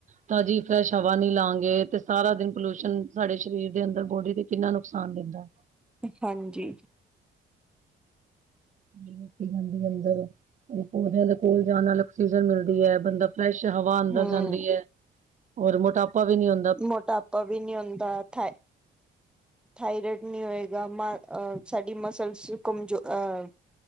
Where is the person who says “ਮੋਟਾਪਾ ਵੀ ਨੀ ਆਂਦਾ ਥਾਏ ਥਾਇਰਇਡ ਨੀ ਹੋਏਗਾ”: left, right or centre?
Centre